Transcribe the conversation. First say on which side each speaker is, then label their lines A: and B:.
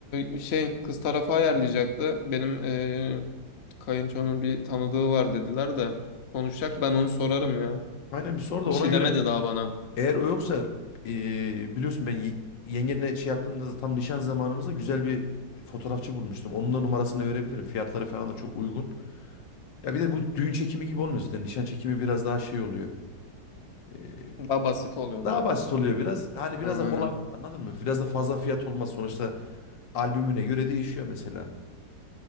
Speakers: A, on the left; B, on the left.
A: e, şey kız tarafı ayarlayacaktı. Benim e, kayınçonun bir tanıdığı var dediler de konuşacak. Ben onu sorarım ya.
B: Aynen bir sor da
A: Bir
B: ona
A: şey
B: göre
A: demedi daha bana.
B: eğer o yoksa eee, biliyorsun ben ye- yengenle şey yaptığımda tam nişan zamanımızda güzel bir fotoğrafçı bulmuştum. Onun da numarasını verebilirim. Fiyatları falan da çok uygun. Ya bir de bu düğün çekimi gibi olmuyor zaten. Nişan çekimi biraz daha şey oluyor. Eee,
A: Daha basit oluyor
B: daha
A: değil mi kanka?
B: basit oluyor biraz. Hani biraz
A: Aynen.
B: da kolay anladın mı? Biraz da fazla fiyat olmaz. Sonuçta albümüne göre değişiyor mesela.